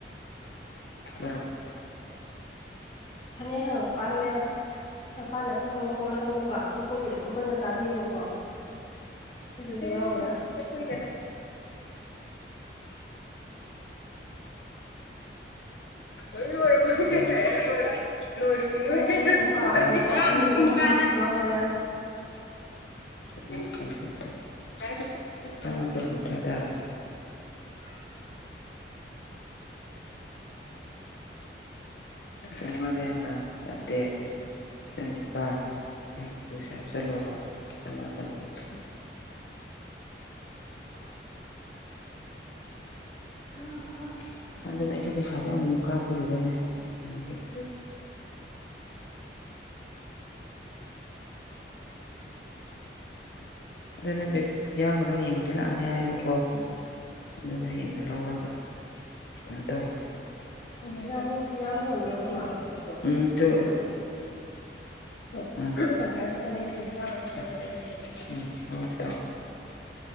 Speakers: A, on the left; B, on the left.
A: ꯔꯕꯥ
B: ꯐꯅꯤ ꯍꯪ ꯄꯥꯟꯅꯦꯄꯥꯥꯟꯅ ꯁꯪꯕ ꯀꯣꯠꯂꯒ ꯑꯃꯨꯛꯀ ꯀꯨꯞꯄꯒꯤꯗ ꯀꯨꯞꯄꯖꯠ ꯆꯥꯗꯦꯕꯀꯣ ꯑꯗꯨꯁꯨ
A: ꯏꯠꯇꯦꯄꯔꯗ
B: ꯌꯥꯎꯒ꯭ꯔꯦ
A: <inaudible> <unintelligible> ꯏꯅꯨꯄꯥꯗꯅꯨ ꯅꯣꯏꯔꯨꯕꯤ
B: ꯐꯅꯦꯛ ꯃꯨꯀꯥ ꯐꯅꯦꯛꯇ ꯑꯅꯤ ꯑꯍꯨꯝ
A: ꯅ ꯆ
B: ꯌꯥꯎꯒ꯭ꯔꯦ
A: ꯨꯟ ꯆꯉꯥꯏꯄ ꯀꯨꯟꯇꯦꯗꯔ
B: <inaudible>
A: ꯆꯉꯔꯦ ꯆꯇꯦ ꯆꯅꯤꯄꯥꯜ ꯍꯨꯝꯐꯨ ꯁꯥ ꯍꯥꯞꯆꯜꯂꯣꯕ ꯆꯃꯥꯄꯟ ꯀꯨꯟꯊ꯭ꯔꯥ
B: <inaudible> ꯍ ꯍ
A: ꯑꯗꯨꯅ ꯑꯩꯁꯦ ꯄꯩꯁꯥꯁꯦ ꯑꯃꯨꯛꯃꯨꯛ ꯀꯥꯞꯄꯁꯤꯗꯅꯦꯒꯤ <inaudible> ꯑꯗꯨꯅ ꯃꯤꯠ ꯌꯥꯡꯕꯗꯣ ꯍꯌꯦꯡꯕꯨꯗꯤ ꯂꯥꯛꯑꯅꯤ ꯍꯥꯏꯌꯦꯕꯀꯣ ꯑꯗꯨꯒ ꯍꯌꯦꯡꯗꯣ ꯂꯧꯔꯒ ꯀꯩꯅ‌ꯣ ꯇꯧꯔꯀꯦ <unintelligible>
B: ꯌꯥꯝ ꯌꯥꯝ ꯌꯣꯟꯗꯣꯔꯕꯣ
A: ꯎꯝ ꯇ‌ꯣ <unintelligible> ꯇꯪꯈꯥꯏ ꯈꯛꯇꯅꯦ ꯑꯩꯟ ꯌ‌ꯦꯡꯉꯤꯗ‌ꯣ <unintelligible> <unintelligible>